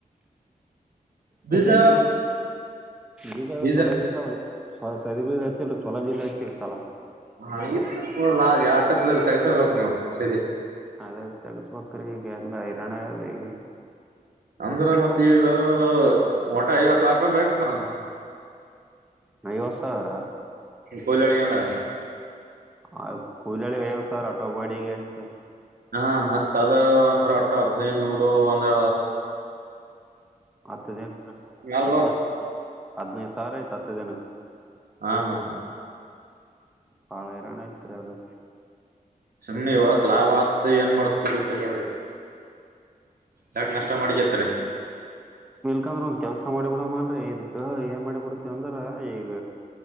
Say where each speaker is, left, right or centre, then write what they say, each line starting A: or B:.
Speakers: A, in the centre; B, on the right.
A: ಸದಯ
B: ಬೀಜ
A: ನೀ ಈ
B: ಬೀಜ
A: ಚಲ ಬಿಸ ಸ ಚಲ ಬಿಷ ತಾಲಾ
B: ಹ ಕೂಡಲ್ಲ ಆಟತ್ತ್ರ ತೆಗಸೋಬೇಕಕ್ ನೀವು ಸರಿ
A: ಅದೇ ತೆಗಸ್ಬೇಕ್ರೀ ಈಗ ಹೆಂಗ ಹಿರರಣ ಅದು ಈಗ
B: ಅಂದ್ರ ಮತ್ತೆ ಈಗ ಹೊಟ ಐವತ್ತು ಸಾವಿರ ರೂಪಾಯಿ ಬೇಕು ನಾವ
A: ನಯವ ಸಾವಿರ
B: ಕೊಲ್ಲಳ ಯದ
A: ಆ ಕೂಲಳಿ ಅಯ್ಯವ ಸರ್ ಅಟೋ ಬಾಡಿಗೆ ಎಷ್ಟು
B: ಹಾ ಮತ್ತ ಅದ ಒಂದ್ರ ಅಟ್ಟ ಹದ್ನೈದನೂರು ಒಂದ್ರ
A: ಹತ್ತು ದಿನಕ್ಕೆ
B: ಅಲ್ಬ
A: ಹದ್ನ ಹದ್ನೈದು ಸಾವಿರ ಐತ್ ಹತ್ತು ದಿನಕ್ಕೆ
B: ಹಾ ಮತ್ತೆ
A: ಪಳೆಯರಣ ಇತ್ರ ಅದು
B: ಸಮಿ ಇವಸ ಲಾಭ ಆತ್ ಏನ್ ಮಾಡಾತ್ ಗತಿ ನೋಡ್ರಿ ಯಾಕ ನಷ್ಟ ಮಾಡಿಕತ್ತ
A: ಯಾಕಂದ್ರ ಒಂದ್ ಕೆಲ್ಸ ಮಾಡಿ ಬಿಡ ಮನ್ ಇದಕ್ ಏನ್ ಮಾಡಿಬಿಡ್ತೇವ ಅಂದ್ರ ಈಗ